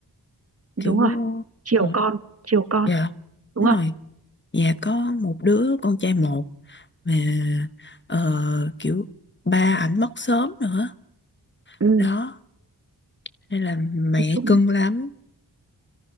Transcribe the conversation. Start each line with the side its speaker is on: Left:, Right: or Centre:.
Right: đúng
Left: kiểu
Right: rồi chiều
Left: ờ,
Right: con chiều con
Left: dạ
Right: đúng
Left: đúng
Right: không
Left: rồi nhà có một đứa con trai một mà ờ, kiểu ba ảnh mất sớm nữa
Right: ừ
Left: đó nên là mẹ
Right: nói chung
Left: cưng lắm